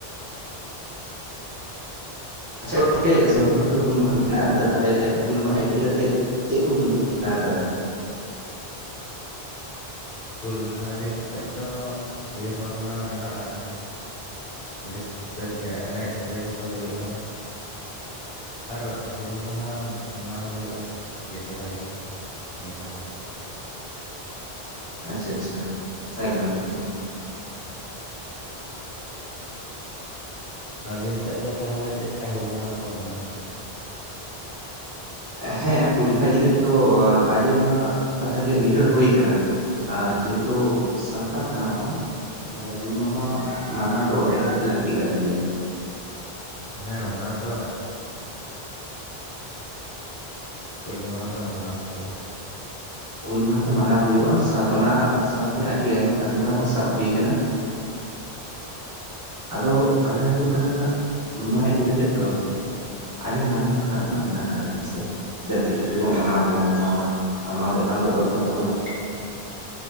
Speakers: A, on the right (about 20°); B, on the left (about 65°).
A: ᱟᱪᱪᱷᱟ ᱜᱚᱝᱠᱮ ᱥᱟᱢᱟᱝ ᱨᱮᱛᱚ ᱦᱩᱞ ᱢᱟᱦᱟ ᱢᱮᱱᱟᱜ ᱟᱠᱟᱫᱟ ᱛᱟᱦᱚᱞᱮ ᱦᱩᱞ ᱢᱟᱦᱟ ᱤᱫᱤ ᱠᱟᱛᱮ ᱪᱮᱫ ᱠᱚᱵᱤᱱ ᱩᱭᱦᱟᱹᱨ ᱵᱷᱟᱵᱱᱟ ᱟᱠᱟᱜᱼᱟ?
B: ᱦᱩᱞ ᱢᱟᱦᱟ ᱤᱫᱤ ᱠᱟᱛᱮᱫ ᱫᱚ ᱩᱭᱦᱟᱹᱨ ᱵᱷᱟᱵᱽᱱᱟ ᱢᱮᱱᱟᱜᱼᱟ, ᱟᱹᱰᱤ ᱩᱥᱛᱟᱹᱨ ᱜᱮ ᱮᱱᱮᱡ ᱥᱮᱨᱮᱧ ᱠᱚ ᱦᱩᱭᱩᱜᱼᱟ, ᱟᱨ ᱦᱩᱞ ᱢᱟᱦᱟ ᱢᱟᱱᱟᱣ ᱦᱩᱭᱩᱜᱼᱟ ᱟᱹᱰᱤ ᱪᱮᱦᱨᱟ ᱜᱮ, ᱱᱤᱭᱟᱹ ᱫᱷᱟᱣ ᱫᱚ᱾
A: ᱟᱪᱪᱷᱟ ᱟᱪᱪᱷᱟ ᱮᱠᱫᱚᱢ ᱾
B: ᱟᱹᱵᱤᱱ ᱥᱮᱫ ᱫᱚ ᱛᱟᱦᱚᱞᱮ ᱪᱮᱫ ᱞᱮᱠᱟ ᱦᱩᱞ ᱢᱟᱦᱟ ᱠᱚ ᱢᱟᱱᱟᱣᱟᱻ
A: ᱦᱮᱸ, ᱦᱩᱞ ᱢᱟᱦᱟ ᱤᱫᱤ ᱠᱟᱛᱮᱜ ᱫᱚ ᱟᱹᱰᱤ ᱟᱭᱢᱟ ᱠᱟᱛᱷᱟ ᱜᱮ ᱩᱭᱦᱟᱹᱨ ᱦᱩᱭ ᱟᱠᱟᱱᱟ, ᱟᱨ ᱡᱮᱦᱩᱛᱩ ᱥᱟᱱᱛᱟᱲ ᱠᱟᱱᱟ ᱵᱚᱱ ᱛᱟᱦᱚᱞᱮ ᱦᱩᱞ ᱢᱟᱦᱟ ᱢᱟᱱᱟᱣ ᱫᱚ ᱮᱠᱟᱞᱜᱮ ᱞᱟᱹᱠᱛᱤ ᱠᱟᱱ ᱜᱮᱭᱟ ᱾
B: ᱦᱮᱸ ᱚᱱᱟ ᱫᱚ ᱦᱩᱞ ᱢᱟᱦᱟ ᱢᱟᱱᱟᱣ ᱦᱩᱭᱩᱜᱼᱟ
A: ᱦᱩᱞ ᱢᱟᱦᱟ ᱫᱚ ᱢᱟᱱᱟᱣ ᱦᱳᱭᱳᱜᱼᱟ ᱥᱟᱶᱛᱮ ᱚᱱᱟ ᱥᱟᱶᱛᱮ ᱟᱹᱰᱤ ᱟᱭᱢᱟ ᱠᱟᱹᱢᱤ ᱦᱚᱨᱟ ᱦᱚᱸ ᱥᱟᱵ ᱦᱩᱭ ᱟᱠᱟᱱᱟ, ᱟᱫᱚ ᱠᱟᱛᱷᱟ ᱦᱩᱭᱩᱜ ᱠᱟᱱᱟ ᱦᱩᱞ ᱢᱟᱦᱟ ᱤᱫᱤ ᱠᱟᱛᱮᱜ ᱫᱚ ᱟᱹᱰᱤ ᱱᱟᱱᱟ ᱦᱩᱱᱟᱹᱨ ᱠᱟᱛᱷᱟᱱᱟᱜ ᱢᱮᱱᱟᱜ ᱟᱠᱟᱫᱟ ᱦᱮᱸ ᱥᱮ, ᱪᱮᱫᱟᱜ ᱪᱮᱫ ᱠᱷᱟᱹᱛᱤᱨ ᱵᱚ ᱢᱟᱱᱟᱣᱟ ᱵᱟᱵᱚᱱ ᱢᱟᱱᱟᱣᱟ ᱟᱨ ᱢᱟᱱᱟᱣ ᱫᱚ ᱮᱠᱟᱱᱛᱚ ᱫᱚᱨᱠᱟᱨ ᱛᱟᱵᱚᱱᱟ᱾